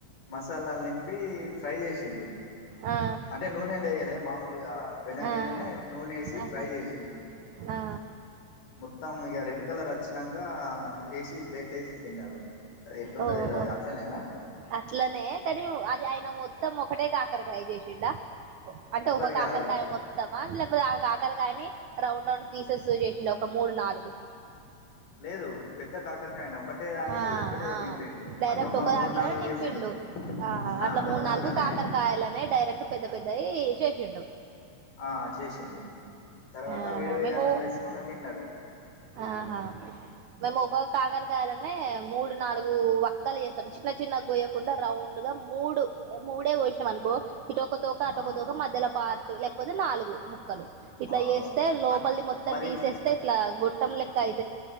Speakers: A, on the left; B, on the right.
A: మసాలాలు నిం పి ఫ్రై చేసిండు,
B: ఆ
A: అంటే నూనె లేయలే మామూలుగా పెనం
B: ఆ
A: మీదనే నూనెేసి
B: ఆహా
A: ఫ్రై చేసిండు.
B: ఆ
A: మొత్తం ఇగ రెడ్ కలర్ అచ్చినంక వేసి ప్లేట్లు ఏసి తిన్నరు. అది ఎట్లుండే
B: ఓహో
A: తెల్వది అట్లేనేైనా?
B: అట్లనే కానీ, అది ఆయన మొత్తం ఒకటే కాకరకాయ చేసిండా? అంటే
A: ఒక్కటి
B: ఒక కాకరకాయ
A: కాదు
B: మొత్తామా, లేకపోతే ఆ కాకరకాయని రౌండ్ రౌండ్ పీసెస్ చేసి డ ఒక మూడు నాలుగు
A: లేదు పెద్ద కాకరకాయనే ఒకటే దానికి
B: ఆ
A: ఒకటే
B: ఆ
A: నింపండు
B: డైరెక్ట్
A: అటోక
B: ఒక
A: మూడు
B: దాంట్లోనే
A: నాలుగు
B: నింపిండు
A: చేసిండు
B: ఆహా
A: ఆ
B: అట్లా మూడు
A: ఒక దాంట్లోనే
B: నాలుగు కాకరకాయలనే డైరెక్ట్ పెద్ద పెద్దవి చేసిండు.
A: ఆ చేసిండు, తర్వాత
B: ఆహా
A: వేడి వేడి
B: మేము
A: అన్నం వేసుకొని తిన్నడు.
B: ఆహా మేము ఒక కాకరకాయలనే మూడు నాలుగు వక్కలు చేస్తం, చిన్న చిన్న గోయకొండ రౌండ్ గా మూడు, మూడే కోసినం అనుకో ఇటు ఒక తోకా అటొక
A: ఆ
B: తోక మధ్యలో పార్ట్ లేకపోతే నాలుగు ముక్కలు ఇట్ల
A: ఆ
B: చేస్తే
A: ఓకే
B: లోపలిది
A: అంటే
B: మొత్తం
A: మరి
B: తీసేస్తే ఇట్ల గొట్టం లెక్క అయి